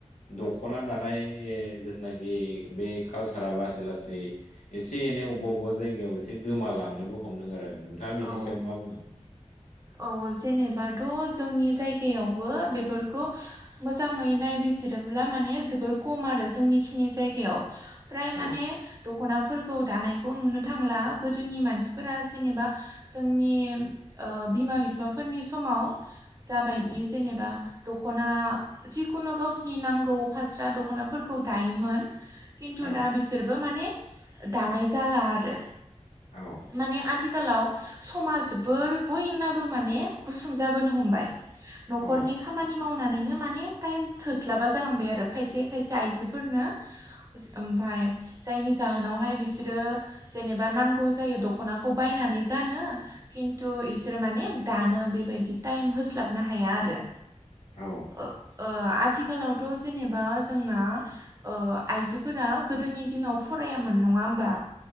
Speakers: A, on the left; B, on the right.
A: दख खना दानाय ओ जिथुनाखि बे कालसारा लासै लासै एसे एनै अबा अबबा बा जायगायाव एसे गोमालांनोबो हमदों आरो नोंथाङा बेनि
B: औ
A: सायाव मा बुङो
B: औ जेनेबाथ' जोंनि जायगायावबो बेफोरखौ मोजाङै नायबि जिरोब्ला माने जोबोर खम आरो जोंनिखिनि जायगायाव फ्राय
A: औ
B: माने दख'नाफोरखौ दानायखौ नुनो थांला गोदोनि मानसिफोरा जेनेबा जोंनि ओ बिमा बिफाफोरनि समाव जाबायदि
A: औ
B: जेनेबा दख'ना जिखुनु गावसिनि नांगौ फास्रा दख'नाफोरखौ दायोमोन खिन्थु
A: औ
B: दा बिसोरबो माने दानाय जाला आरो
A: औ
B: माने आथिखालाव समा जोबोर बयनाबो माने गुसुं जाबोनो हमबाय न'खरनि
A: औ
B: खामानि मावनानैनो माने टाइम थोस्लाबा जालांबाय आरो खायसे खायसे आइजोफोरनो ओमफाय जायनि जाहोनावहाय बिसोरो जेनेबा नांगौ जायो दख'नाखौ बाय नानै गानो खिन्थु इसोर माने दानो बेबायदि टाइम होस्लाबनो हाया आरो
A: औ
B: ओ ओ आथिखालावथ' जेनेबा जोंना ओ आइजोफोरा गोदोनि दिनाव फराय रायामोन नङा होमबा?